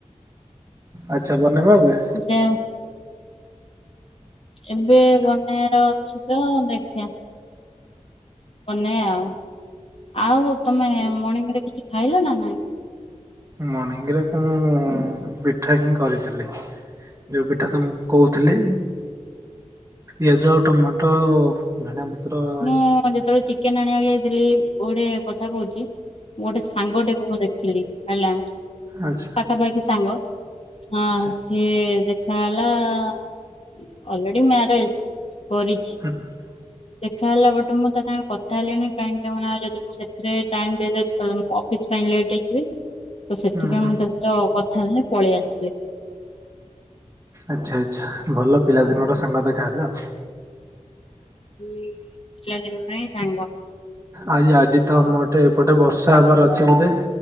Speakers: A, on the right; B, on the left.
A: ଆଚ୍ଛା ବନେଇବା ଏବେ
B: ଯା ଏବେ ବନେଇବାର ଅଛି ତ ଦେଖିଆ। ବନେଇ ଆଉ ଆଉ ତମେ ମର୍ଣିଂରେ କିଛି ଖାଇଲ ନା ନାଇଁ?
A: ମଣିଂଙ୍ଗ ରେ ତ ମୁଁ ପିଠା ହିଁ କରିଥିଲି। ଯୋଉ ପିଠା ତମକୁ କହୁଥିଲି ପିଆଜ ଆଉ ଟମାଟୋ ଧଣିଆ ପତ୍ର
B: ମୁଁ
A: ଏସବୁ
B: ଯେତେବେଳେ ଚିକେନ ଆଣିବାକୁ ଯାଇଥିଲି ଗୋଟେ କଥା କୋହୁଚି ଗୋଟେ ସାଙ୍ଗଟିକୁ ମୁଁ ଦେଖିଲି ହେଲା
A: ଆଚ୍ଛା
B: ପାଖାପାଖି ସାଙ୍ଗ ହଁ
A: ଆଚ୍ଛା
B: ସିଏ ଦେଖା ହେଲା ଅଲରେଡ଼ି ମ୍ୟାରେଜ୍ କରିଛି
A: <unintelligible>
B: ଦେଖା ହେଲା ବଟେ ମୁଁ ତୋ କାଇଁ କ ତା ହେଲେଣି କାଇଁ ତମ ନାଁରେ ଯଦି ମୁଁ ସେଥିରେ ଟାଇମ୍ ଦେଇଦେମି ତମେ ଅଫିସ୍ ପାଇଁ ଲେଟ୍ ହେଇଯିବି। ତ ସେଥିପାଇଁ
A: ହୁଁ ହୁଁ
B: ମୁଁ ତା ସହିତ କଥା ହେଲିନି ପଳେଇ ଆସିଥିଲି।
A: ଆଚ୍ଛା ଆଚ୍ଛା ଭଲ ପିଲା ଦିନର ସାଙ୍ଗ ଦେଖାହେଲେ।
B: ହୁଁ ପିଲା ଦିନରୁ ହିଁ ସାଙ୍ଗ।
A: ଆ ଆଜି ତ ଆମରଟେ ଏପଟେ ବର୍ଷା ହେବାର ଅଛି ବୋଧେ।